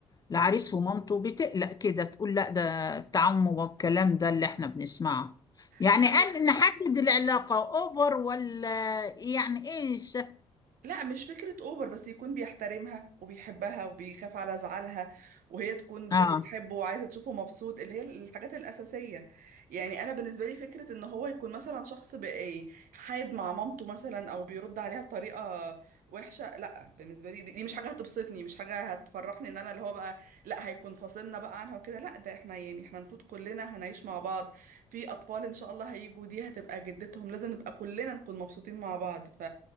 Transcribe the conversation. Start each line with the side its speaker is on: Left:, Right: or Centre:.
Left: والعريس ومامته بتقلق كده تقول لا ده التعم والكلام ده اللي احنا بنسمعه يعني
Right: لا
Left: أن
Right: هو
Left: نحدد العلاقة أوفر ولا يعني إيش
Right: لا مش فكرة اوفر بس يكون بيحترمها وبيحبها وبيخاف على زعلها وهي تكون
Left: آه
Right: ب- بتحبه وعايزة تشوفه مبسوط اللي هي الحاجات الأساسية يعني أنا بالنسبة لي فكرة إن هو يكون مثلا شخص بقى حاد مع مامته مثلا أو بيرد عليها بطريقة وحشة لا بالنسبة لي دي, دي مش حاجة هتبسطني مش حاجة هتفرحني إن أنا اللي هو بقى لا هيكون فاصلنا بقى عنها وكده لا ده احنا يعني احنا المفروض كلنا هنعيش مع بعض في أطفال إن شاء الله هيجوا دي هتبقى جدتهم لازم نبقى كلنا نكون مبسوطين مع بعض ف